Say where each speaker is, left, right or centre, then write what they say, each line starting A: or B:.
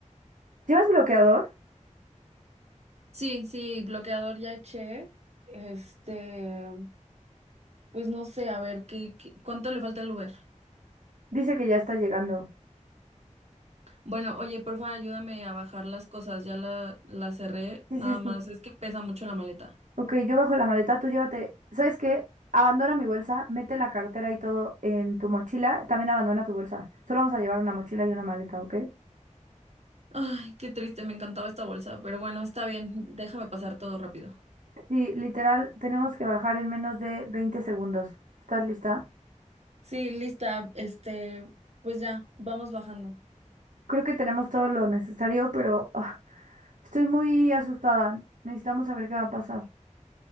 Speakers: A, on the right; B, on the right.
A: ¿Llevas bloqueador?
B: Sí, sí, bloqueador ya eché. Este, pues no sé, a ver, ¿qué, qué- cuánto le falta al Uber?
A: Dice que ya está llegando.
B: Bueno, oye, porfa, ayúdame a bajar las cosas. Ya la, la cerré,
A: Sí,
B: nada
A: sí,
B: más.
A: sí.
B: Es que pesa mucho la maleta.
A: Ok, yo bajo la maleta, tú llévate. ¿Sabes qué? Abandona mi bolsa, mete la cartera y todo en tu mochila. También abandona tu bolsa. Solo vamos a llevar una mochila y una maleta, ¿ok?
B: Ay, qué triste, me encantaba esta bolsa. Pero bueno, está bien, déjame pasar todo rápido.
A: Sí, literal, tenemos que bajar en menos de 20 segundos. ¿Estás lista?
B: Sí, lista. Este, pues ya, vamos bajando.
A: Creo que tenemos todo lo necesario, pero ah, estoy muy asustada. Necesitamos saber qué va a pasar.